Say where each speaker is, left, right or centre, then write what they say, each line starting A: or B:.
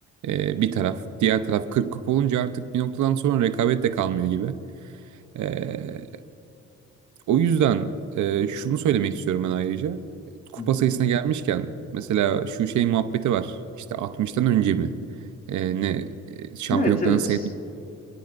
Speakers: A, on the right (about 75°); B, on the left (about 30°).
A: e, bir taraf diğer taraf 40 kupa olunca artık bir noktadan sonra rekabet de kalmıyor gibi. E, o yüzden e, şunu söylemek istiyorum ben ayrıca. Kupa
B: Hı hı.
A: sayısına gelmişken mesela şu şey muhabbeti var işte 60'tan önce mi E, ne e, şampiyonlukların
B: Evet evet.
A: sayısı